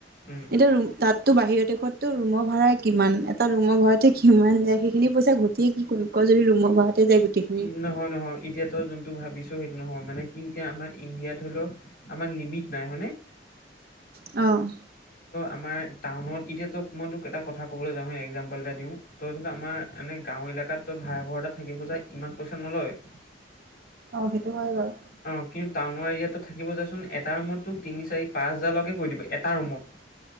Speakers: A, on the left; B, on the right.
A: উম
B: এতিয়া ৰুম তাতো বাহিৰৰ দেশতটো ৰুমৰ ভাড়া কিমান, এটা ৰুমৰ ভাড়াতে কিমান যায় সেইখিনি পইচা এয়া ঘটিয়ে কি কৰিম? ক যদি ৰুমৰ
A: উম,
B: ভাড়াতে যায় গোটেইখিনি
A: উম, নহয় নহয় এতিয়া তই যোনটো ভাবি ছ' সেইটো নহয় মানে কি এতিয়া আমাৰ ইণ্ডিয়াত ধৰি ল' আমাৰ লিমিট নাই হয় নে?
B: অ',
A: আমাৰ টাউনত এতিয়া ত' মই তোক এটা কথা কবলৈ যাওঁ একজাম্পল এটা দিওঁ ত' ধৰি ল' আমাৰ এনে গাঁৱত ইলাকাত তই ভাড়া ঘৰ এটা থাকিব যাই ইমান পইচা নলয়
B: অ', সেইটো হয় বাৰু।
A: অ কিন্তু টাউনৰ এৰিয়াতো থাকিব যাচোন এটা ৰুমত তোক তিনি, চাৰি, পাঁচ হাজাৰ লৈকে কই দিব এটা ৰুমত।